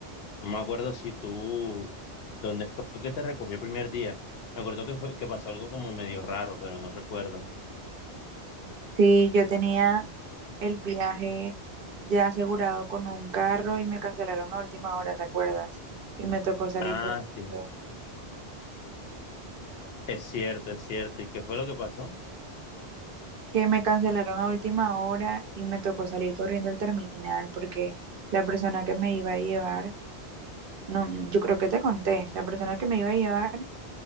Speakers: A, on the left; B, on the right.
A: no me acuerdo si tú, ¿dónde fue que te recogió el primer día? Me acuerdo que fue, que pasó algo como medio raro, pero no recuerdo.
B: Sí, yo tenía el viaje ya asegurado con un carro y me cancelaron a última hora, ¿te acuerdas? Y me tocó salir
A: Ah,
B: corriendo.
A: sí. Es cierto, es cierto. ¿Y qué fue lo que pasó?
B: Que me cancelaron a última hora y me tocó salir corriendo al terminal porque la persona que me iba a llevar, no, yo creo que te conté, la persona que me iba a llevar